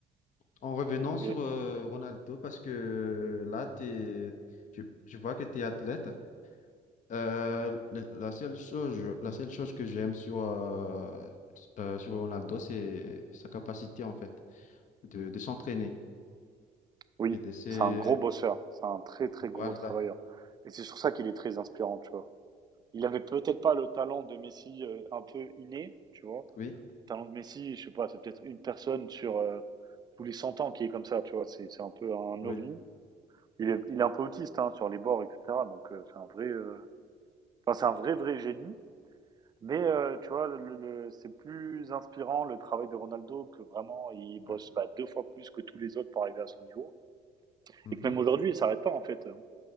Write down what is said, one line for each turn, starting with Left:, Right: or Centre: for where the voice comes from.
Left: En revenant
Right: Ok.
Left: sur euh, Ronaldo, parce que là, t'es, tu- je vois que tu es athlète. Euh, le- la seule chose, la seule chose que j'aime sur, euh, euh, sur Ronaldo, c'est sa capacité, en fait, de, de s'entraîner
Right: Oui,
Left: et de se...
Right: c'est un gros bosseur, c'est un très très gros
Left: Voilà,
Right: travailleur. Et c'est sur ça qu'il est très inspirant, tu vois. Il avait peut-être pas le talent de Messi euh, un peu inné, tu vois.
Left: oui,
Right: talent de Messi, je sais pas, c'est peut-être une personne sur euh, tous les 100 ans qui est comme ça, tu vois, c'est c'est un peu un
Left: oui,
Right: ovni. Il est, il est un peu autiste hein, sur les bords, etc. Donc euh, c'est un vrai, euh, enfin c'est un vrai vrai génie. Mais euh, tu vois, le, le- c'est plus inspirant le travail de Ronaldo que vraiment il bosse
Left: oui.
Right: bah, deux fois plus que tous les autres pour arriver à son niveau.
Left: Mhm.
Right: Et que même aujourd'hui, il s'arrête pas en fait. hein.